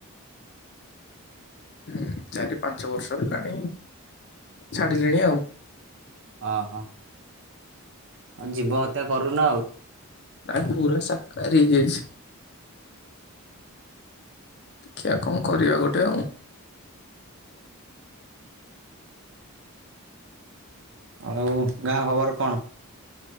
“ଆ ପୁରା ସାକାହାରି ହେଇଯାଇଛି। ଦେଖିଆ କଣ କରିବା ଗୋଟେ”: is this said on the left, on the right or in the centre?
Left